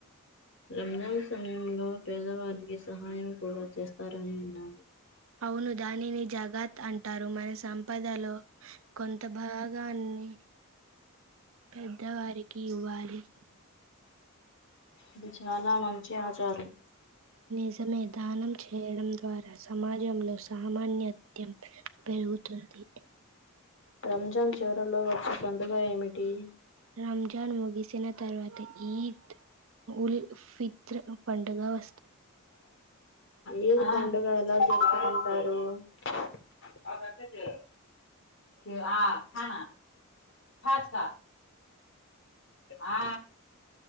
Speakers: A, on the left; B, on the right.
A: రంజాన్ స పేదవారికి సహాయం కూడా చేస్తారని విన్నాను
B: అవును దానిని జగాత్ అంటారు మన సంపదలో కొంత భాగాన్ న్ని పెద్దవారికి ఇవ్వాలి
A: ఇది చాలా మంచి ఆచారం
B: నిజమే దానం చేయడం ద్వారా సమాజంలో సామాన్త్యం పె రుగుతుంది
A: రంజాన్ చివరలో వచ్చే పండుగ ఏమిటి
B: రంజాన్ ముగిసిన తర్వాత ఈద్ ఉల్ ఫిత్ర్ పండుగ వ
A: ఈద్ పండగ ఎలా జరుపుకుంటారు <unintelligible> త్యా హా హాత్ వా ఆ ఆ